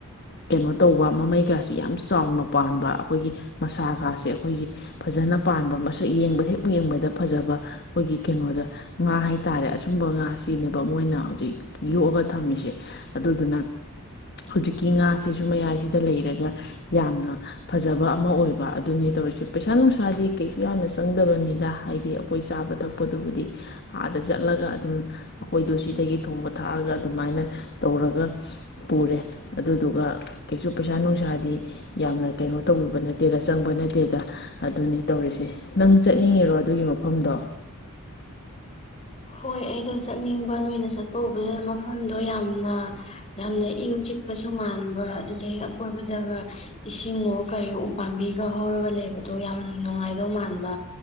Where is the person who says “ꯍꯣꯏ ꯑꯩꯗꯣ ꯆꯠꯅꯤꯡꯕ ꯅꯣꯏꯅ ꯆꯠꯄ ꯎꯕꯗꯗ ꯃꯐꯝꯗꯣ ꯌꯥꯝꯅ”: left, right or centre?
Left